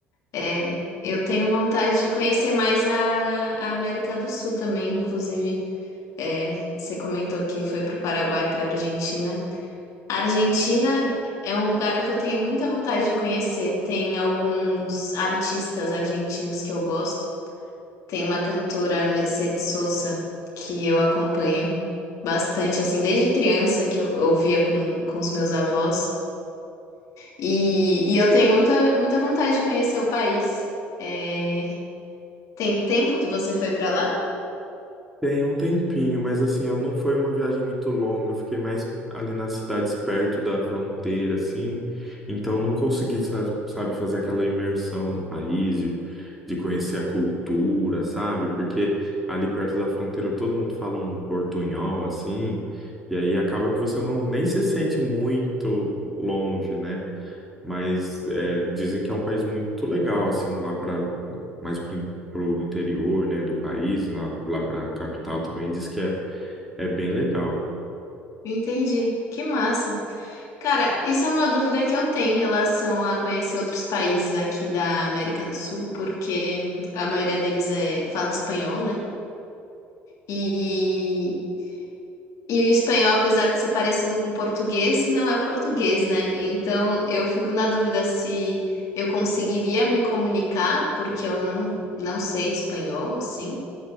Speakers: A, on the left; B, in the centre.
A: É, eu tenho vontade de conhecer mais a, a América do Sul também, inclusive. É, você comentou que foi pro Paraguai, pra Argentina. A Argentina é um lugar que eu tenho muita vontade de conhecer. Tem alguns artistas argentinos que eu gosto. Tem uma cantora, Mercedes Sosa, que eu acompanho bastante, assim, desde criança que eu ouvia com, com os meus avós. E, e eu tenho muita, muita vontade de conhecer o país. É, Tem tempo que você foi para lá?
B: Tem um tempinho, mas assim, eu não foi uma viagem muito longa, eu fiquei mais ali nas cidades perto da fronteira, assim, então não consegui, sa- sabe, fazer aquela imersão no país, de, de conhecer a cultura, sabe, porque ali perto da fronteira todo mundo fala um portunhol, assim, e aí acaba que você não nem se sente muito longe, né? Mas é, dizem que é um país muito legal, assim, lá para mais pro, in- pro interior, né, do país, lá, lá para capital também diz que é, é bem legal.
A: Entendi. Que massa. Cara, isso é uma dúvida que eu tenho em relação a conhecer outros países aqui da América do Sul, porque a maioria deles é, fala espanhol, né? E, e o espanhol, apesar de ser parecido com o português, não é o português, né? Então eu fico na dúvida se eu conseguiria me comunicar, porque eu não, não sei espanhol, assim,